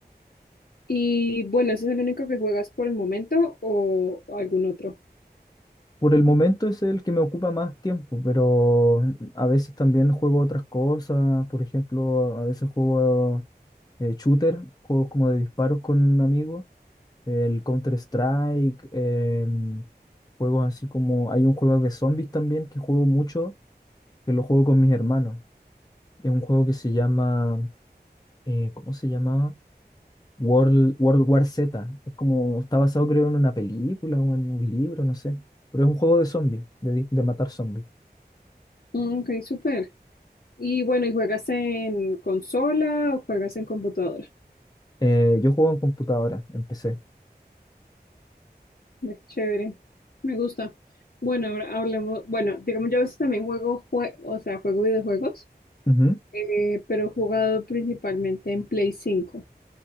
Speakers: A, on the left (about 65°); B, on the left (about 25°).
A: Y bueno, ¿ese es el único que juegas por el momento o algún otro?
B: Por el momento es el que me ocupa más tiempo, pero a veces también juego otras cosas. Por ejemplo, a veces juego eh, shooter, juegos como de disparos con un amigo, el Counter-Strike, em, juegos así como... Hay un juego de zombies también que juego mucho, que lo juego con mis hermanos. Es un juego que se llama... eh, ¿cómo se llamaba? World, World War Z. Es como... Está basado creo en una película o en un libro, no sé. Pero es un juego de zombies, de, di- de matar zombies.
A: Mm, Ok, súper. Y bueno, ¿y juegas en consola o juegas en computadora?
B: Eh, yo juego en computadora, empecé.
A: Ve Qué chévere, me gusta. Bueno, ahora hablemos, bueno, digamos, yo a veces también juego, jue- o sea, juego videojuegos.
B: Ujú,
A: eh, pero he jugado principalmente en Play cinco